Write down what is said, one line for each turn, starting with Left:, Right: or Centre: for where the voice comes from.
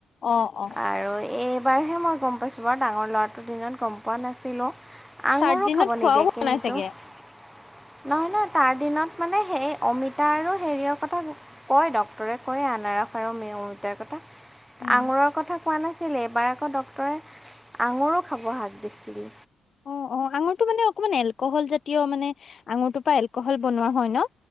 Left: অ অ
Centre: আৰু এইবাৰহে মই গম পাইছোঁ বাৰু ডাঙৰ ল'ৰাটোৰ দিনত গম পোৱা নাছিলোঁ। আঙুৰো
Left: চাৰ্দিনত
Centre: খাব নিদিয়ে
Left: খোৱাও হোৱা
Centre: কিন্তু।
Left: নাই চাগে?
Centre: নহয় নহয় তাৰ দিনত মানে সেই অমিতা আৰু হেৰিয়ৰ কথা কয় ডক্টৰে কয় আনাৰস আৰু অমিতাৰ কথা।
Left: উম
Centre: আঙুৰৰ কথা কোৱা নাছিল এবাৰ আকৌ ডক্টৰে আঙুৰো খাব হাক দিছিল।
Left: অ অ আঙুৰটো মানে অকমান এলকহল জাতীয় মানে আঙুৰটোৰ পৰা এলকহল বনোৱা হয় ন।